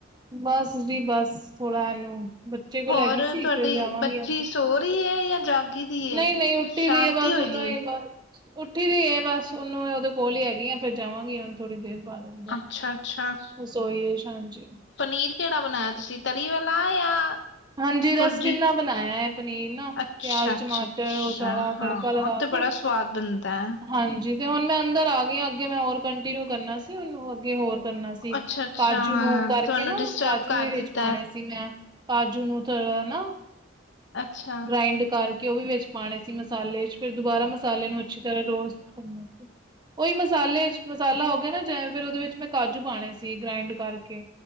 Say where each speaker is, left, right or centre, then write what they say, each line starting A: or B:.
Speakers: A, on the right (about 20°); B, on the left (about 65°).
A: ਬਸ ਜੀ ਬਸ ਥੋੜਾ ਇਹਨੂੰ। ਬੱਚੇ ਕੋਲ
B: ਹੋਰ
A: ਹੈਗੀ ਸੀ
B: ਤੁਹਾਡੀ
A: ਫਿਰ ਜਾਵਾਂਗੀ
B: ਬੱਚੀ ਸੋ ਰਹੀ ਹੈ ਜਾਂ ਜਾਗੀ। ਦੀ
A: ਨਹੀਂ
B: ਹੈ
A: ਨਹੀਂ ਉੱਠੀ
B: ਸ਼ਾਂਤੀ
A: ਦੀ ਹੈ। ਬਸ
B: ਹੋਈ
A: ਉਹਨੂੰ
B: ਦੀ
A: ਏਨਾ
B: ਏ।
A: ਉੱਠੀ ਦੀ ਹੈ ਬਸ ਉਹਨੂੰ ਉਹਦੇ ਕੋਲ ਹੀ ਹੈਗੀ ਆ ਫਿਰ ਜਾਵਾਂਗੀ ਹੁਨ ਥੋੜ੍ਹੀ ਦੇਰ ਬਾਅਦ ਏਦਾ
B: ਅੱਛਾ- ਅੱਛਾ।
A: ਰਸੋਈ ਸ਼ਾਂ ਚ, <inaudible>
B: ਪਨੀਰ, ਕਿਹੜਾ ਬਣਾਇਆ ਤੁਸੀਂ, ਤਰੀ ਵਾਲਾ ਜਾਂ
A: ਹਾਂਜੀ ਰਸਗੁੱਲਾ
B: ਪੁਰਜੀ,
A: ਬਣਾਇਆ ਹੈ ਪਨੀਰ ਨਾ
B: ਅੱਛਾ,
A: ਪਿਆਜ
B: ਅੱਛਾ,
A: ਟਮਾਟਰ
B: ਅੱਛਾ
A: ਉਹ ਸਾਰਾ
B: ਹਾਂ
A: ਤੜਕਾ ਲਗਾ
B: ਉਥੇ
A: ਕੇ
B: ਬੜਾ। ਸਵਾਦ ਬਣਦਾ
A: ਹਾਂਜੀ ਤੇ, ਹੁਣ ਮੈਂ ਅੰਦਰ ਆ ਗਈ ਹਾਂ, ਅੱਗੇ ਮੈਂ ਹੋਰ ਕੰਟੀਨਿਊ ਕਰਨਾ ਸੀ ਉਹ ਅੱਗੇ ਹੋਰ ਕਰਨਾ ਸੀ,
B: ਅੱਛਾ-ਅੱਛਾ
A: ਕਾਜੂ
B: ਹਾਂ
A: ਨੂੰ ਕਰਕੇ
B: ਤੁਹਾਨੂੰ
A: ਨਾ,
B: ਡਿਸਟਰਬ
A: ਕਾਜੂ
B: ਕਰ
A: ਹੀ ਵਿੱਚ
B: ਦਿੱਤਾ
A: ਪਾਉਣੇ ਸੀ ਮੈਂ ਬਾਜੂ ਨੂੰ ਥੋੜਾ ਨਾ
B: ਅੱਛਾ।
A: ਗ੍ਰਾਇੰਡ ਕਰਕੇ ਉਹ ਵੀ ਵਿੱਚ ਪਾਉਣੇ ਸੀ ਮਸਾਲੇ ਚ, ਫਿਰ ਦੁਬਾਰਾ ਮਸਾਲੇ ਨੂੰ ਅੱਛੀ ਤਰ੍ਹਾਂ, ਰੋਸਟ ਕਰਨਾ
B: ਹ <inaudible> <inaudible>
A: ਉਹੀ ਮਸਾਲੇ, ਮਸਾਲਾ ਹੋ ਗਿਆ ਨਾ ਜ ਫਿਰ, ਉਹਦੇ ਵਿੱਚ ਮੈਂ ਕਾਜੂ ਪਾਉਣੇ ਸੀ, ਗ੍ਰਾਇੰਡ ਕਰਕੇ।